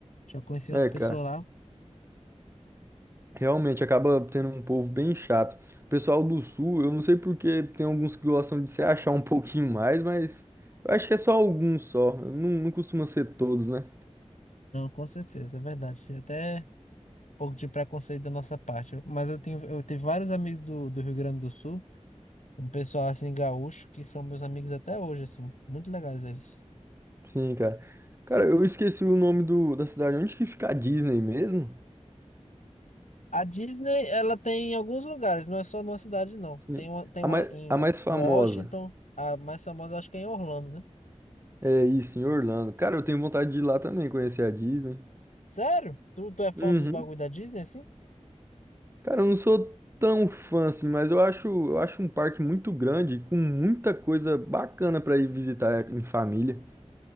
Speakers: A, on the left; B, on the right.
A: Já conheci
B: É,
A: umas pessoas
B: cara,
A: lá.
B: realmente acaba tendo um povo bem chato. O pessoal do Sul, eu não sei porque tem alguns que gostam de se <laughs> achar um pouquinho mais, mas eu acho que é só alguns só. Não, não costuma ser todos, né?
A: Não, com certeza, é verdade. Até um pouco de preconceito da nossa parte. Mas eu tenho, eu tenho vários amigos do, do Rio Grande do Sul. Um pessoal assim gaúcho que são meus amigos até hoje, assim. Muito legais eles.
B: Sim, cara. Cara, eu esqueci o nome do, da cidade. Onde que fica a Disney mesmo?
A: A Disney, ela tem em alguns lugares, não é só numa cidade, não.
B: Sim.
A: Tem uma, tem
B: A
A: uma
B: mais,
A: em
B: a
A: um
B: mais famosa.
A: Washington, a mais famosa acho que é em Orlando, né?
B: É isso, em Orlando. Cara, eu tenho vontade de ir lá também, conhecer a Disney.
A: Sério? Tu, tu é fã
B: Uhum.
A: dos bagulho da Disney, assim?
B: Cara, eu não sou tão fã assim, mas eu acho, eu acho um parque muito grande, com muita coisa bacana pra ir visitar em família.